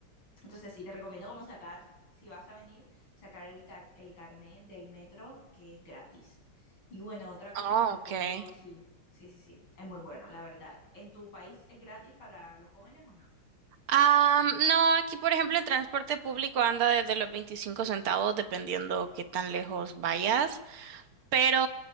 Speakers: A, on the left; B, on the right.
A: Entonces sí, te recomiendo como sacar, si vas a venir, sacar el, ca- el carnet del metro que es gratis. Y bueno, otra cosa
B: Oh,
A: que te puedo...
B: ok.
A: Sí, sí, sí, sí, es muy bueno, la verdad. ¿En tu país es gratis para los jóvenes o no?
B: Am, no, aquí por ejemplo el transporte público anda desde los 25 centavos dependiendo qué tan lejos vayas, pero